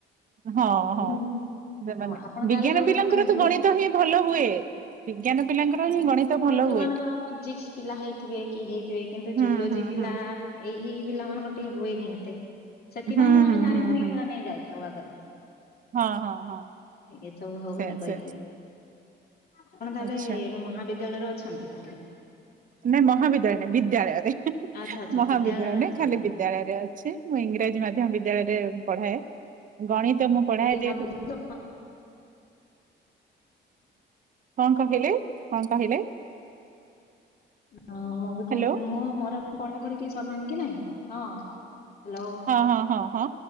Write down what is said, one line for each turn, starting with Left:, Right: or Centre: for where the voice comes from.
Right: ହଁ,
Left: ହୁଁ।
Right: ହଁ। ସେମାନେ
Left: ହଁ ଆପଣ ତାହେଲେ
Right: ବିଜ୍ଞାନ
Left: ଏବେ ଗୋଟେ
Right: ପିଲାଙ୍କର
Left: ଅଛନ୍ତି
Right: ତ ଗଣିତ ହିଁ ଭଲ ହୁଏ, ବିଜ୍ଞାନ ପିଲାଙ୍କର
Left: ହଁ
Right: ହିଁ ଗଣିତ
Left: ହଁ
Right: ଭଲ
Left: ଯୋଉମାନଙ୍କର
Right: ହୁଏ।
Left: ଫିଜିକ୍ସ ପିଲା ହେଇଥିବେ କି ହେଇଥିବେ, କିନ୍ତୁ
Right: ହୁଁ
Left: ଜୁଲୋଜି
Right: ହୁଁ
Left: ପିଲା
Right: ହୁଁ
Left: ଏଇ-ଏଇ ପିଲାମାନଙ୍କର ଟିକେ ହୁଏନି ଏତେ, ସେଥିପାଇଁ
Right: ହୁଁ
Left: ହିଁ ଆମେ
Right: ହୁଁ
Left: ଜାଣି
Right: ହୁଁ
Left: ଶୁଣିକି
Right: ହୁଁ
Left: ସେ ନେଇ ଯାଇଥାଉ ଆଗରୁ।
Right: ହଁ, ହଁ, ହଁ।
Left: ଏସବୁ ହବନି
Right: ସେ
Left: କହିକି।
Right: ସେ
Left: ଆପଣ ତାହେଲେ
Right: ଆଚ୍ଛା
Left: ମହାବିଦ୍ୟାଳୟରେ ଅଛନ୍ତି, ତାହେଲେ
Right: ନାଇଁ ମହାବିଦ୍ୟାଳୟ ନାଇଁ, ବିଦ୍ୟାଳୟରେ
Left: ଆଚ୍ଛା ଆଚ୍ଛା
Right: ମହାବିଦ୍ୟାଳୟ
Left: ବିଦ୍ୟାଳୟରେ
Right: ନାଇଁ
Left: ଅଛନ୍ତି।
Right: ଖାଲି ବିଦ୍ୟାଳୟରେ ଅଛି। ମୁଁ ଇଂରାଜୀ ମାଧ୍ୟମ ବିଦ୍ୟାଳୟରେ ପଢ଼ାଏ, ଗଣିତ ମୁଁ ପଢାଏ ଯେହତୁ
Left: ଭାବୁଥିଲି ତ,
Right: କଣ କହିଲେ କଣ କହିଲେ?
Left: ହଁ ମୁଁ ବି
Right: ହ୍ୟାଲୋ
Left: କହୁ ମୁଁ ମୋର ପଢ଼ା ପାଢ଼ୀ ଟିକେ ସିରିଲାଣି କି ନାଇଁ, ହଁ ହାଲୋ
Right: ହଁ- ହଁ -ହଁ -ହଁ